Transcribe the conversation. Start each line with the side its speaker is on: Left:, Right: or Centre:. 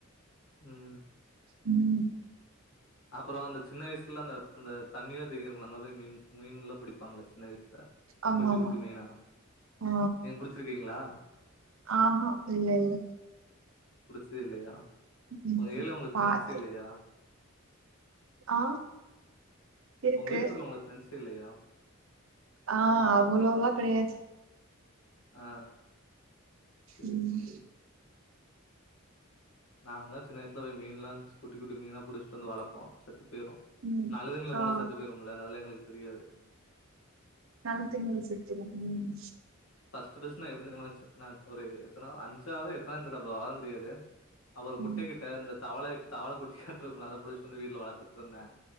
Left: ம்
Right: ம்
Left: அப்பறோ அந்த சின்ன வயசுல நா அந்த தண்ணில்ல தேங்கியிருக்கும்ள அங்க போய் மீன் மீன்லா புடிப்பாங்கள்ள சின்ன வயசுல
Right: ஆமா
Left: குட்டி
Right: ஆமா
Left: குட்டி மீனா
Right: ஆ
Left: நீங்க புடிச்சிருக்கீங்களா
Right: ஆஹா இல்ல இல்ல
Left: புடிச்சதே இல்லையா
Right: ம்
Left: ஒங்க ஏரியால ஒங்களுக்கு
Right: பாத்து
Left: ஃபரெண்ட்சே இல்லையா
Right: ஆ இருக்கு
Left: ஒங்க வீட்டு பக்கத்துல ஒங்ளுக்கு ஃப்ரெண்ஸே இல்லையா
Right: ஆ அவ்லோல்லா கெடையாது
Left: அ சேரி
Right: ம்
Left: சேரி நாங்கல்லா சின்னவயசல போய் மீன்லா குட்டி குட்டி மீனா புடிச்சிட்டு வந்து வளப்போ செத்து போய்ரு
Right: ம்
Left: நல்ல தண்ணில போனா
Right: ஆ
Left: செத்து போயிரும்ல அதெல்லா எங்களுக்கு தெரியாது
Right: நல்ல
Left: ம்.
Right: தண்ணில செத்துரு ம்
Left: ஃபர்ஸ்ட் ஃபர்ஸ்ட் <unintelligible> ஒரு எத்தனா அஞ்சாவது எத்தனாவது தெர்ல <unintelligible> வாரோ தெரியாது அப்ரோ குட்டை
Right: ம்
Left: கிட்ட இந்த தவளை தவள குட்டியாட்டு இருக்கும்ல அத புடிச்சுட்டு வந்து வீட்ல வளத்துட்டு இருந்தே